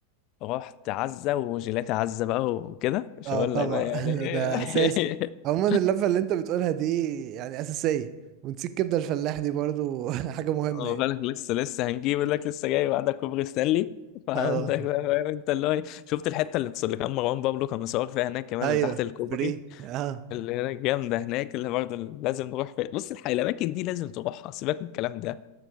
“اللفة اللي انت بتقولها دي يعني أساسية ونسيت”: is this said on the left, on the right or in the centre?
Right